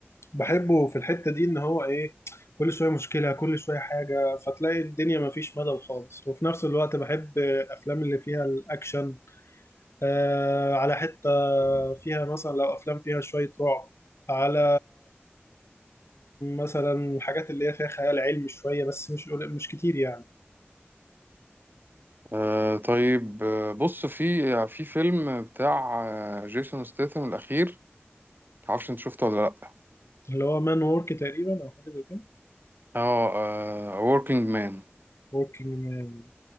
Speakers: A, on the left; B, on the right.
A: بحبه في الحتة دي إن هو إيه كل شوية مشكلة كل شوية حاجة فتلاقي الدنيا مفيش ملل خالص وفي نفس الوقت بحب أفلام اللي فيها الأكشن آه على حتة فيها مثلا لو أفلام فيها شوية رعب على مثلا الحاجات اللي هي فيها خيال علمي شوية بس مش مش كتير يعني
B: آه طيب آه، بص في في فيلم بتاع آه، جيسون ستيثم الأخير معرفش أنت شفته ولا لأ
A: اللي هو مان وورك تقريبا أو حاجة زي كده
B: آه آه، Working Man
A: وركينج